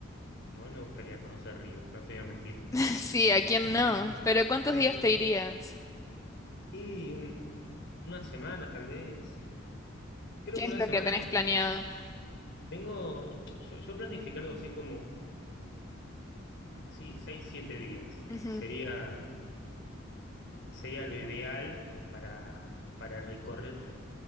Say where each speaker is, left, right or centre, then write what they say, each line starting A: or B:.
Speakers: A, on the left (about 55°); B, on the left (about 15°).
A: Igual me gustaría conocer Río, no te voy a mentir.
B: <laughs>
A: Eh,
B: sí, ¿a
A: <laughs>
B: quién
A: sí,
B: no? Pero ¿cuántos
A: sí.
B: días te irías?
A: Y un- una semana tal vez. Creo
B: ¿Qué
A: que
B: es
A: una
B: lo
A: semana.
B: que tenés
A: es como-
B: planeado?
A: Tengo, yo, yo planifiqué algo así como, sí, seis, siete días.
B: Ujú,
A: Sería sería lo ideal como para, para recorrer.